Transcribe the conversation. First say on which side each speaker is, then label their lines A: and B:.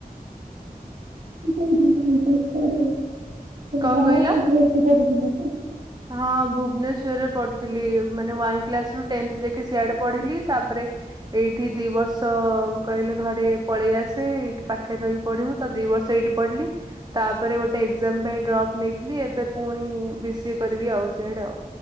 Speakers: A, on the right; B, on the right.
A: କୋଉଠି ଯାଇଛି ପ
B: କଣ
A: ବାହାରେ
B: କହିଲ?
A: କୋଉଠି ଯାଇକି ପଢ଼ୁଥିଲ କି?
B: ହଁ ଭୁବନେଶ୍ୱରରେ ପଢ଼ୁଥିଲି ମାନେ ୱାନ କ୍ଲାସ୍ ରୁ ଟେନ୍ତ୍ ଯାଇକି ସିଆଡେ଼ ପଢିଲି ତାପରେ ଏଇଠି ଦି ବର୍ଷ କହିଲେ ଘରେ ପଳେଇ ଆସେ ଏଇଠି ପାଖରେ ରହି ପଢ଼ିବୁ ତ ଦି ବର୍ଷ ଏଇଠି ପଢ଼ିଲି। ତାପରେ ଗୋଟେ ଏକ୍ଜାମ୍ ପାଇଁ ଡ୍ରପ ନେଇଥିଲି ଏବେ ପୁଣି ବି ସିଏ କରିବି ଆଉ ସିଆଡେ ଆଉ।